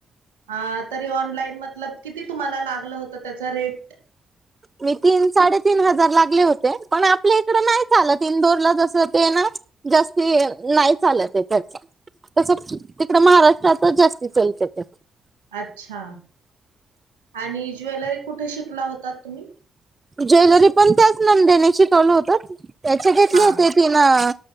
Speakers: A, on the right (about 85°); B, on the right (about 30°).
A: हा तरी ऑनलाईन मतलब किती तुम्हांला लागलं होतं त्याचा रेट
B: मी तीन साडेतीन हजार लागले होते, पण आपल्या इकडं नाही चालत इंदोरला जस ते ना जास्ती नाही, चालत त्याचं तसं तिकड महाराष्ट्रातच जास्ती चालतय ते.
A: अच्छा आणि ज्वेलरी कुठे शिकला होता तुम्ही
B: ज्वेलरी पण त्याच नंदेणी शिकवल होत त्याचे घेतले
A: हा
B: होते तिनं